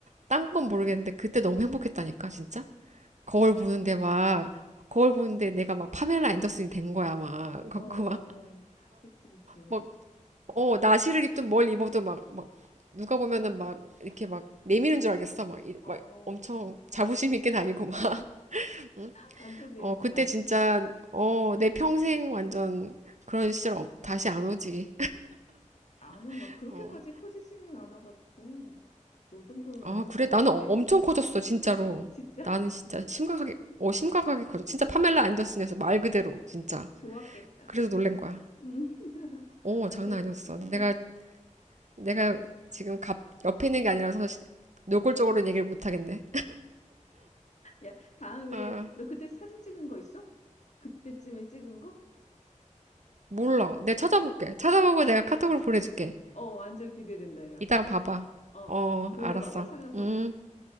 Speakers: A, on the right; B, on the left.
A: 딴 건 모르겠는데, 그때 너무 행복했다니까, 진짜? 거울 보는데 막 거울 보는데 내가 막 파멜라 앤더슨이 된 거야 막 그거
B: 어, 어, 그치, 그치.
A: 막막막어 나시를 입든 뭘 입어도 막 막 누가 보면은 막 이렇게 막 내미는 줄 알겠어 막, 이-
B: 어,
A: 막 엄청 자부심 있게 다니고 막 <laughs> 응?
B: 완전 재밌다.
A: 어 그때 진짜 어 내 평생 완전 그런 시절 없- 다시 안 오지
B: 나는
A: <laughs>
B: 막 그렇게까지
A: 어
B: 커지지는 않아가지고 너 정도는
A: 아
B: 아니었던
A: 그래 나는
B: 것
A: 엄청
B: 같아.
A: 커졌어 진짜로
B: <laughs> 진짜
A: 나는 진짜 심각하게 어 심각하게 커져 진짜 파멜라 앤더슨이었어 말 그대로 진짜
B: 좋았겠다.
A: 그래서 놀란
B: 부-
A: 거야.
B: 음,
A: 오,
B: 완전
A: 장난
B: 좋았겠는데?
A: 아니었어. 내가, 내가 지금 갑, 옆에 있는 게 아니라서 시- 노골적으로는 얘기를 못 하겠네.
B: 야, 다음에
A: 아,
B: 너 그때 사진 찍은 거 있어? 그때쯤에 찍은 거?
A: 몰라. 내가 찾아볼게. 찾아보고 내가 카톡으로 보내줄게.
B: 어, 완전 기대된다, 야.
A: 이따가 봐봐.
B: 어,
A: 어,
B: 보내봐봐,
A: 알았어.
B: 찾아서.
A: 음,